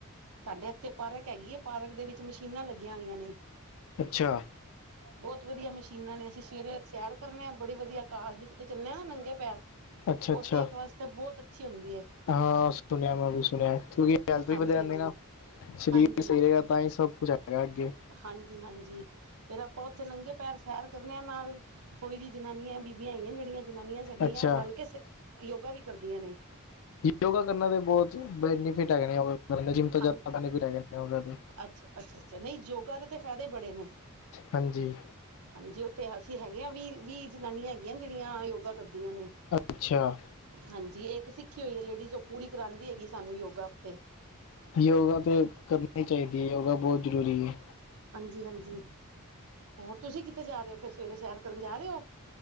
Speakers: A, on the right; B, on the left.
A: ਸਾਡੇ ਇੱਥੇ ਪਾਰਕ ਹੈਗੀ ਹੈ ਪਾਰਕ ਦੇ ਵਿੱਚ ਮਸ਼ੀਨਾਂ ਲੱਗੀਆਂ ਹੋਈਆਂ ਨੇ।
B: ਅੱਛਾ
A: ਬਹੁਤ ਵਧੀਆ ਮਸ਼ੀਨਾਂ ਨੇ ਅਸੀਂ ਸਵੇਰੇ ਸੈਰ ਕਰਨੇ ਆਂ। ਬੜੀ ਵਧੀਆ ਘਾਜ ਉਤੇ ਚੱਲੇ ਹਾਂ। ਨੰਗੇ ਪੈਰ
B: ਅੱਛਾ
A: ਉਹ
B: ਅੱਛਾ
A: ਸਿਹਤ ਵਾਸਤੇ ਬਹੁਤ ਅੱਛੀ ਹੁੰਦੀ ਹੈ
B: ਹਾਂ ਸੁਣਿਆ ਮੈਂ ਵੀ ਸੁਣਿਆ ਕਿਉਕ ਹੈਲਥ ਵੀ
A: ਹਾਂਜੀ
B: ਵਧੀਆ ਰਹਿੰਦੀ
A: ਹਾਂਜੀ
B: ਨਾ। ਸਰੀਰ
A: ਹਾਂਜੀ
B: ਸਹੀ ਰਹੇਗਾ ਤਾਂ ਹੀ ਸਭ ਕੁਛ ਹੈਗਾ ਅੱਗੇ
A: ਹਾਂਜੀ ਹਾਂਜੀ ਫੇਰ ਆਪਾਂ ਉੱਥੇ ਲੰਘੇ ਪੈਰ ਸੈਰ ਕਰਨੇ ਆ ਨਾਲ ਥੋੜ੍ਹੀ ਜਿਹੀ ਜਨਾਨੀਆਂ ਬੀਬੀਆਂ ਆਈਆਂ ਜਿਹੜੀਆਂ ਜਨਾਨੀਆਂ ਸਾਡੀਆਂ
B: ਅੱਛਾ
A: ਰਲ ਕੇ ਯੋਗਾ ਵੀ ਕਰਦੀਆਂ ਨੇ।
B: ਯੋਗਾ ਕਰਨਾ ਦੇ ਬਹੁਤ ਬੈਨੀਫਿਟ ਹੈਗੇ ਨੇ। ਯੋਗਾ ਕਰਨ ਦੇ ਜਿੰਮ ਤੋਂ
A: ਹਾਂ
B: ਜ਼ਿਆਦਾ ਬੈਨੀਫਿਟ ਹੈਗੇ ਨੇ। ਯੋਗਾ ਦੇ
A: ਅੱਛਾ -ਅੱਛਾ- ਅੱਛਾ ਨਹੀਂ ਯੋਗਾ ਦੇ ਤਾਂ ਫਾਇਦੇ ਬੜੇ ਨੇ
B: ਹਾਂਜੀ
A: ਹਾਂਜੀੇ। ਅਤੇ ਅਸੀਂ ਹੈਗੇ ਵੀ ਜਨਾਨੀਆਂ ਹੈਗੀਆਂ ਜਿਹੜੀਆਂ ਯੋਗਾ ਕਰ ਨੇ
B: ਅੱਛਾ
A: ਹਾਂਜੀ ਇੱਕ ਸਿੱਖੀ ਹੋਈ ਹੈ ਲੇਡੀਜ਼ ਉਹ ਪੂਰੀ ਕਰਾਂਦੀ ਹੈਗੀ ਸਾਨੂੰ ਯੋਗਾ ਉੱਥੇ
B: ਯੋਗਾ ਤੇ ਕਰਨੀ ਚਾਹੀਦੀ ਹੈ ਯੋਗਾ ਬਹੁਤ ਜ਼ਰੂਰੀ ਹੈ।
A: ਹਾਂਜੀ- ਹਾਂਜੀ ਹੋਰ ਤੁਸੀਂ ਕਿੱਥੇ ਜਾ ਰਹੇ ਹੋ ਫਿਰ ਸਵੇਰੇ ਸੈਰ ਕਰਨ ਜਾ ਰਹੇ ਹੋ।